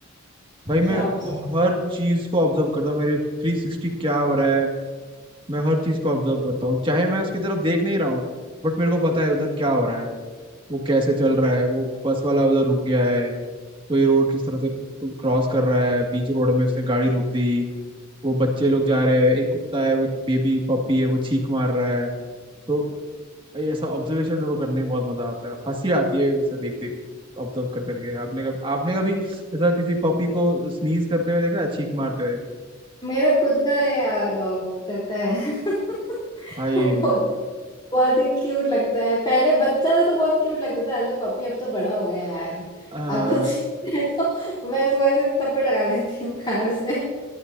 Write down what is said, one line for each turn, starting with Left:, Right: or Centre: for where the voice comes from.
Right: भाई मैं
Left: क्या ऑप्शन
Right: हर चीज को ऑब्जर्व करता हूँ मेरे थ्री सिक्सटी क्या हो रहा है मैं हर चीज को ऑब्जर्व करता हूँ चाहे मैं उसकी तरफ देख नहीं रहा हूँ बट मेरे को पता है उधर क्या हो रहा है वो कैसे चल रहा है वो बस वाला उधर रुक गया है कोई रोड किस तरह से क्रॉस कर रहा है बीच रोड में उसने गाड़ी रोक दी वो बच्चे लोग जा रहे हैं एक कुत्ता है वो बेबी पपी है वो छींक मार रहा है तो भाई ऐसा ऑब्जर्वेशन मेरे को करने में बहुत मजा आता है हंसी आती है उसे देख देख ऑब्जर्व कर करके आपने कब आपने कभी ऐसा किसी पपी को स्नीज करते हुए देखा है छींक मारते हुए
Left: मेरा खुद का है यार डॉग वो करता है <laughs>
Right: भाई
Left: बहुत बहुत ही क्यूट लगता है पहले बच्चा था तो बहुत क्यूट लगता था एज अ पपी अब तो बड़ा हो गया यार
Right: आ,
Left: अब तो <laughs> ठीक है तो मैं इसको ऐसे थप्पड़ लगा देती हूँ प्यार से